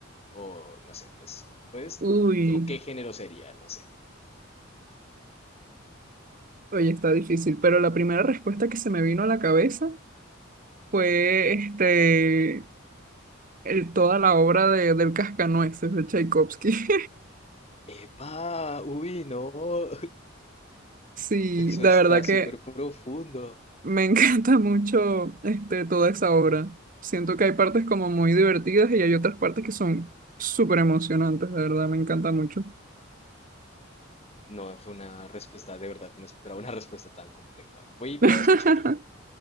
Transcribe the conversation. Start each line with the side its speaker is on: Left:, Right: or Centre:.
Left: O no sé, pues, pues,
Right: Uy,
Left: o qué género sería, no sé.
Right: oye, está difícil, pero la primera respuesta que se me vino a la cabeza fue este, el, toda la obra de, del Cascanueces de Tchaikovsky. <laughs>
Left: Epa, uy, no, <laughs>
Right: Sí,
Left: eso
Right: de
Left: está
Right: verdad
Left: súper
Right: que
Left: profundo.
Right: Me <laughs> encanta mucho este, toda esa obra. Siento que hay partes como muy divertidas y hay otras partes que son súper emocionantes, de verdad, me encanta mucho.
Left: No, fue una respuesta, de verdad, no esperaba una respuesta tan compleja. Voy, voy
Right: <laughs>
Left: a escucharla,